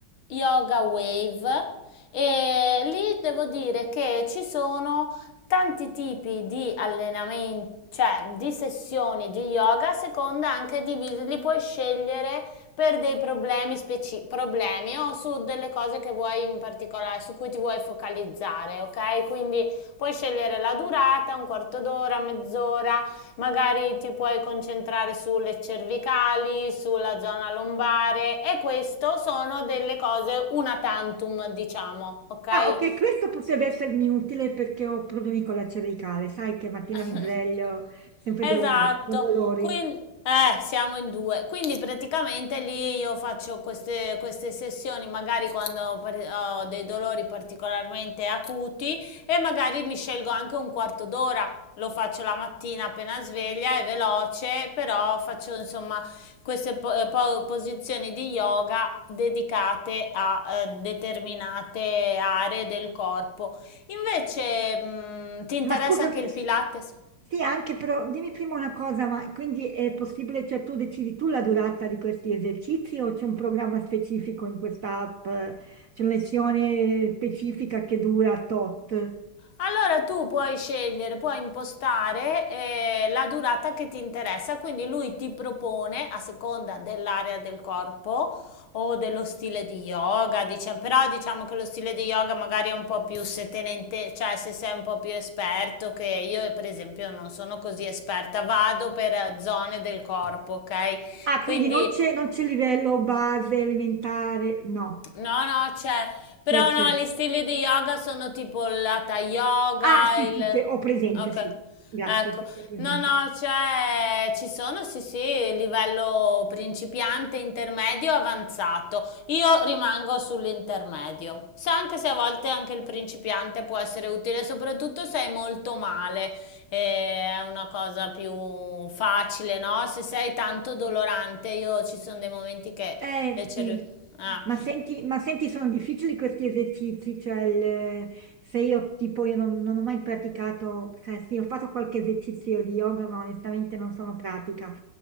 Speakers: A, on the left; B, on the right.
A: Yoga Wave e lì devo dire che ci sono tanti tipi di allenamenti, cioè di sessioni di yoga, a seconda anche di, vi- li puoi scegliere per dei problemi speci- problemi o su delle cose che vuoi in particolare, su cui ti vuoi focalizzare, ok? Quindi puoi scegliere la durata, un quarto d'ora, mezz'ora, magari ti puoi concentrare sulle cervicali, sulla zona lombare e questo sono delle cose una tantum, diciamo, ok?
B: Ah, ok, questo potrebbe essermi utile perché ho problemi con la cervicale. Sai che mattina
A: <laughs>
B: mi sveglio sempre
A: Esatto,
B: dolorata, con dolori.
A: quindi eh, siamo in due. Quindi praticamente lì io faccio queste, queste sessioni, magari quando ho, par- ho dei dolori particolarmente acuti e magari mi scelgo anche un quarto d'ora. Lo faccio la mattina appena sveglia, è veloce, però faccio insomma queste po- eh, po- posizioni di yoga dedicate a eh, determinate aree del corpo. Invece, mh, ti interessa
B: Ma scusami,
A: anche il Pilates?
B: Sì, anche però dimmi prima una cosa, ma quindi è possibile, cioè tu decidi tu la durata di questi esercizi o c'è un programma specifico in questa app? C'è una lezione specifica che dura tot?
A: Allora tu puoi scegliere, puoi impostare eh, la durata che ti interessa, quindi lui ti propone a seconda dell'area del corpo o dello stile di yoga, diciamo, però diciamo che lo stile di yoga magari è un po' più se te ne inte- cioè se sei un po' più esperto, che io per esempio non sono così esperta, vado per zone del corpo, ok?
B: Ah,
A: Quindi
B: quindi non c'è non c'è livello base alimentare, no,
A: No, no, c'è, però
B: c'è, c'è.
A: no, gli stili di yoga sono tipo l'hatha yoga,
B: Ah, sì,
A: il...
B: sì, c'è, ho presente,
A: Ok,
B: sì, grazie,
A: ecco.
B: sì, sì, ho presente.
A: No, no, c'è, ci sono, sì, sì, livello principiante, intermedio, avanzato. Io rimango sull'intermedio. Se anche se a volte anche il principiante può essere utile, soprattutto se hai molto male, eh, è una cosa più facile, no? Se sei tanto dolorante, io ci sono dei momenti che
B: Eh
A: le cervi...
B: sì,
A: Ah.
B: ma senti, ma senti, sono difficili questi esercizi, cioè il- se io tipo io non, non ho mai praticato, cioè sì, ho fatto qualche esercizio di yoga, ma onestamente non sono pratica.